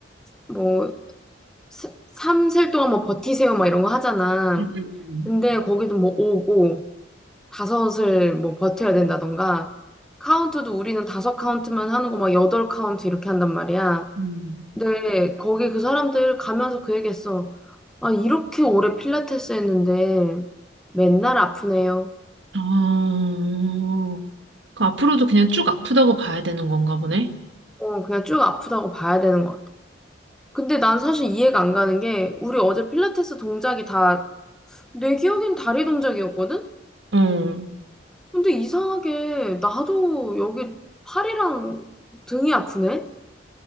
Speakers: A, in the centre; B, on the right.
A: 뭐 3셀 동안 뭐 버티세요 막 이런 거 하잖아.
B: 음, 음,
A: 근데 거기도 뭐 5고 다섯을 뭐 버텨야 된다던가 카운트도 우리는 다섯 카운트만 하는 거 막 여덟 카운트 이렇게 한단 말이야.
B: 음.
A: 근데 거기 그 사람들 가면서 그 얘기했어. 아, 이렇게 오래 필라테스 했는데 맨날 아프네요.
B: 아, 그 앞으로도 그냥 쭉 아프다고 봐야 되는 건가 보네.
A: 어, 그냥 쭉 아프다고 봐야 되는 것 같아. 근데 난 사실 이해가 안 가는 게 우리 어제 필라테스 동작이 다 내 기억엔 다리 동작이었거든?
B: 어.
A: 근데 이상하게 나도 여기 팔이랑 등이 아프네?